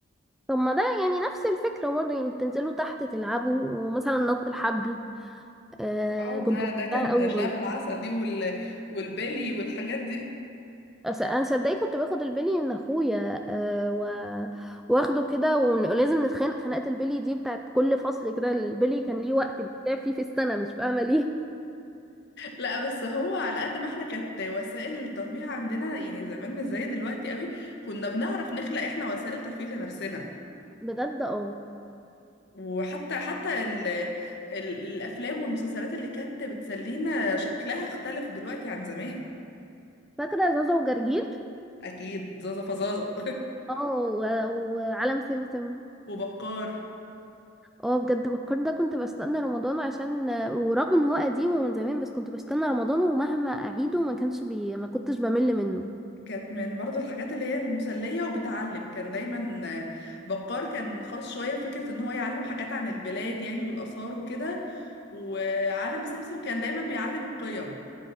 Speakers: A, in the centre; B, on the left.
A: طب ما ده يعني نفس الفكرة برضه يعني تنزلوا تحت تلعبوا ومثلا نط الحبل آه
B: اه
A: كنت
B: ده
A: بحبها
B: ده كان
A: قوي
B: اللعبه
A: برضه
B: العسل دي وال والبلي والحاجات دي
A: أص- انا صدقني كنت باخد البلي من اخويا أه و... واخده كده ون- ولازم نتخانق خناقه البلي دي بتاعت كل فصل كده البلي كان ليه وقت بيتلعب فيه في السنه مش فاهمه ليه
B: لا بس هو على قد ما احنا كانت وسائل الترفيه عندنا يعني زمان مش زي دلوقتي قوي كنا بنعرف نخلق احنا وسائل ترفيه لنفسنا
A: بجد اه
B: وحتى حتى ال ال الافلام والمسلسلات اللي كانت بتسلينا شكلها اختلف دلوقتي عن زمان
A: فاكره زازا وجرجير
B: اكيد زازا فزازا
A: اه و- وعالم سمسم
B: <laughs> وبكار
A: اه بجد بكر ده كنت بستنى رمضان عشان ورغم ان هو قديم ومن زمان بس كنت بستنى رمضان ومهما اعيده ما كانش بي... ما كنتش بمل منه
B: كانت من برضو الحاجات اللي هي المسلية وبتعلم كان دايما آه، بكار كان خاص شوية بفكرة ان هو يعلم حاجات عن البلاد يعني والآثار وكده وعالم سمسم كان دايما بيعلم القيم